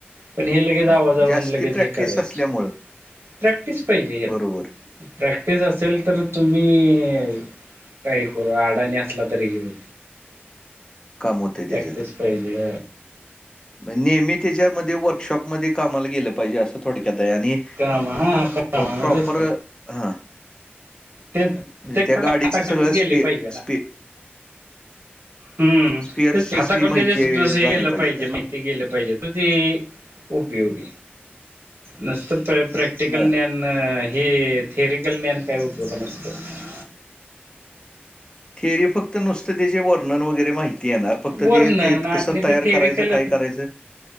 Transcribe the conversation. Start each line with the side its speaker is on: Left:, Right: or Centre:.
Right: पण हे लगेच
Left: मग
Right: आवाजावरून
Left: जास्ती
Right: लगेच
Left: प्रॅक्टिस
Right: हे करायचं
Left: असल्यामुळं
Right: प्रॅक्टिस पाहिजे हत
Left: बरोबर
Right: प्रॅक्टिस असेल तर तुम्ही काही करू आडानी असला तरी घेऊ
Left: काम होतंय
Right: प्रॅक्टिस
Left: त्याच्यात.
Right: पाहिजे
Left: नेहमी त्याच्यामध्ये वर्कशॉपमध्ये कामा गे पाहिजे अस थोडक्यात आणि
Right: काम हा काम
Left: प्रप
Right: मग तेच की
Left: ह
Right: ते
Left: म्हणजे
Right: प्रत्येक
Left: त्या
Right: फॉल्ट
Left: गाडीच
Right: हाता
Left: सगळं
Right: खालून गेले
Left: स्पी
Right: पाहिजे ना
Left: स्पी...
Right: हम्म
Left: स्पेअर्सची
Right: हाताकून
Left: सगळी माहिती
Right: त्यास
Left: झाली
Right: केलं पाहिजे
Left: त्याला.
Right: माहि... ते गेले पाहिजे तर ते उपयोगी, नसत प्रॅटिकल...
Left: बरं.
Right: हे थेरिकल ज्ञान काय उपयोग नसतं.
Left: थेरी फक्त नुसततेचे वर्णन वगैरे माहीत.. ते येणार फक्त
Right: वर्णन
Left: ते ते
Right: आणि
Left: कसं तयार
Right: ते थेरिकल
Left: करायचं काय करायचं..